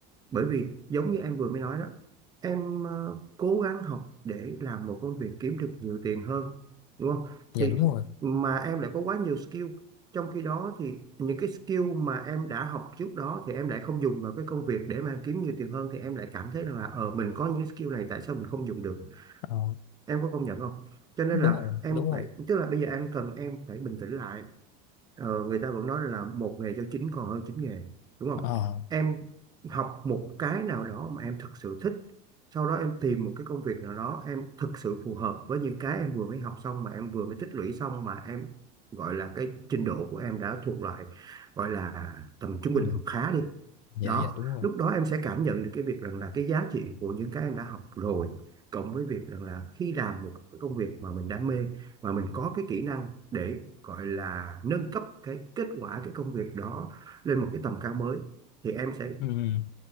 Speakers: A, on the right; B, on the left.
A: bởi vì giống như em vừa mới nói đó em ờ, cố gắng học để làm một công việc kiếm được nhiều tiền hơn đúng không
B: dạ
A: thì
B: đúng rồi
A: mà em lại có quá nhiều skill trong khi đó thì những cái skill mà em đã học trước đó thì em lại không dùng vào cái công việc để mà em kiếm nhiều tiền hơn thì em lại cảm thấy rằng là ờ mình có những skill này tại sao mình không dùng được
B: ờ,
A: em có công nhận không cho nên
B: đúng
A: là
B: rồi
A: em
B: đúng rồi
A: phải tức là bây giờ em cần em phải bình tĩnh lại Ờ, người ta vẫn nói là một nghề cho chín còn hơn chín nghề đúng không
B: ờ
A: em học một cái nào đó mà em thực sự thích sau đó em tìm một cái công việc nào đó em thực sự phù hợp với những cái em vừa mới học xong mà em vừa mới tích lũy xong mà em gọi là cái trình độ của em đã thuộc loại gọi là tầm trung bình
B: ừ,
A: hoặc khá đi
B: dạ
A: đó
B: dạ đúng rồi
A: lúc đó em sẽ cảm nhận được cái việc rằng là cái giá trị của những cái em đã học rồi cộng với việc rằng là khi làm một cái công việc mà mình đam mê mà mình có cái kỹ năng để gọi là nâng cấp cái kết quả cái công việc đó lên một cái tầm cao mới thì em sẽ
B: ừ, ừ,